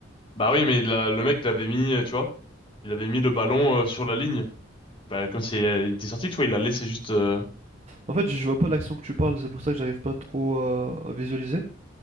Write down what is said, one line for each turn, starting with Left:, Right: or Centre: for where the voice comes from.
Left: Bah oui, mais la- le mec l'avait mis, euh, tu vois, il avait mis le ballon euh, sur la ligne. Bah, comme si euh, il était sorti, tu vois, il l'a laissé juste. euh,
Right: En fait, je je vois pas l'action que tu parles, c'est pour ça que j'arrive pas trop à, à visualiser.